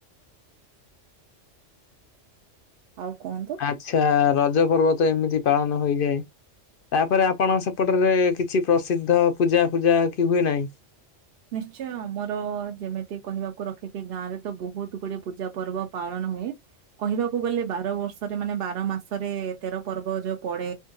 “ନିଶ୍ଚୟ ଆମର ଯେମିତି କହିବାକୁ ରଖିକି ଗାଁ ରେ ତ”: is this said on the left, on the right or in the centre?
Right